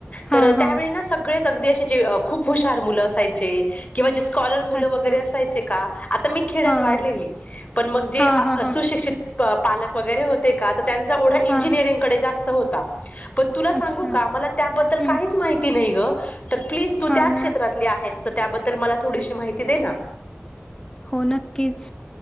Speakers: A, on the left; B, on the left.
A: हा
B: तर त्यावेळी ना सगळेच अगदी असं खूप हुशार मुलं असायचे किंवा स्कॉलर मुलं
A: अच्छा
B: वगैरे असायचे का आता मी खेड्यात
A: हां
B: वाढलेली पण मग जे
A: हां हां हां
B: सुशिक्षित पालक वगैरे होते का तर त्यांचा ओढा इंजिनिअरिंगकडे
A: हां
B: जास्त होता पण तुला सांगू
A: अच्छा
B: का मला त्याबद्दल
A: हम्म
B: काहीच माहिती नाही गं प्लीज तू
A: हा
B: त्या
A: ना
B: क्षेत्रातली आहेस तर त्याबद्दल मला थोडीशी माहिती दे ना
A: हो नक्कीच